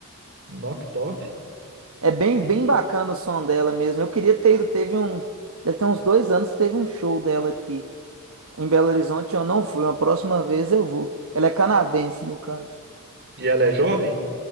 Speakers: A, on the right; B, on the right.
A: Knock Top.
B: É bem,
A: E,
B: bem bacana o som dela mesmo. Eu queria ter ido, teve um, deve ter uns dois anos, teve um show dela aqui em Belo Horizonte. Eu não fui, uma próxima vez eu vou. Ela é canadense, no caso.
A: e ela é jovem?